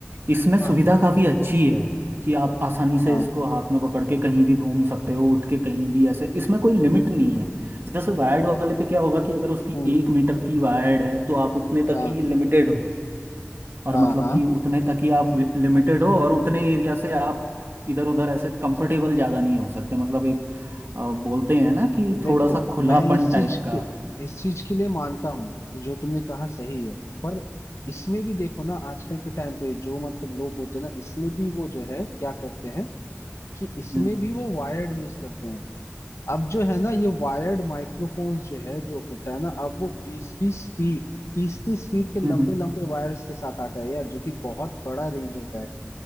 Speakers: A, on the right; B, on the left.
A: इसमें सुविधा
B: हाँ
A: काफ़ी अच्छी है कि आप आसानी से
B: हाँ
A: इसको हाथ में पकड़ के कहीं भी घूम सकते हो उठ के कहीं भी ऐसे इसमें कोई लिमिट नहीं है जैसे वायर्ड वाले पे क्या होगा कि अगर उसकी
B: हम्म,
A: एक मीटर की वायर्ड है तो आप उतने तक
B: हाँ
A: ही लिमिटेड हो और
B: हाँ
A: मतलब
B: हाँ
A: कि उतने तक ही आप लिमिटेड हो और उतने एरिया से आप इधर उधर ऐसे कंफर्टेबल ज़्यादा नहीं हो सकते मतलब एक अ, बोलते हैं ना कि
B: देखो
A: थोड़ा सा खुलापन
B: मैं इस
A: टाइप
B: चीज
A: का
B: के इस चीज के लिए मानता हूँ कि जो तुमने कहा सही है पर इसमें भी देखो ना आजकल के टाइम पे जो मतलब लोग होते हैं ना इसमें भी वो जो है क्या करते हैं कि इसमें
A: हम्म
B: भी वो वायर्ड यूज करते हैं अब जो है ना ये वायर्ड माइक्रोफोन्स जो है जो होता है ना अब वो बीस बीस फीट तीस तीस फीट के लंबे
A: हम्म हम्म
B: लंबे वायर्स के साथ आता है यार जो कि बहुत बड़ा रेंज होता है